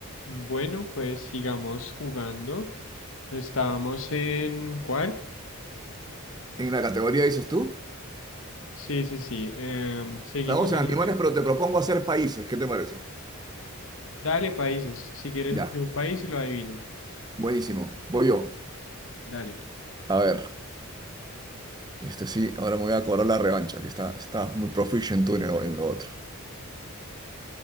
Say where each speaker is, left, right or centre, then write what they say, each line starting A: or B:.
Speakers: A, on the left (about 65°); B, on the right (about 20°).
A: Bueno, pues sigamos jugando. Estábamos en ¿cuál?
B: En la categoría dices tú,
A: Sí, sí, sí. em, seguimos
B: estamos
A: en
B: en animales,
A: los más.
B: pero te propongo hacer países. ¿Qué te parece?
A: Dale, países. Si quieres
B: Ya,
A: escribir un país y lo adivino.
B: buenísimo. Voy yo.
A: Dale,
B: A ver, este sí, ahora me voy a cobrar la revancha, que está, está muy proficient tú en lo, en lo otro.